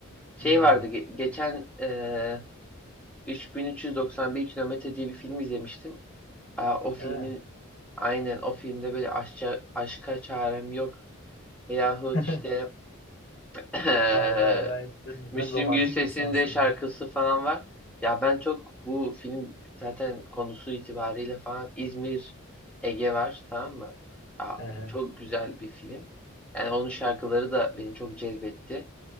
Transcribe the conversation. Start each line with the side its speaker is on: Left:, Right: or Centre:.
Centre: Şey
Left: Hmm.
Centre: vardı ge- geçen e, 3391 kilometre diye bir film izlemiştim. Aa, o filmin
Left: Ha.
Centre: aynen o filmde böyle aşça, aşka çarem yok veyahut
Left: <laughs>
Centre: işte <laughs>
Left: Vay vay vay. Sen,
Centre: Müslüm
Left: sen romantik
Centre: Gürses'in
Left: insansın
Centre: de şarkısı
Left: ya.
Centre: falan var. Ya ben çok bu film zaten konusu itibariyle falan İzmir Ege var tamam mı? Ya
Left: He he.
Centre: çok güzel bir film. Yani onun şarkıları da beni çok cezbetti.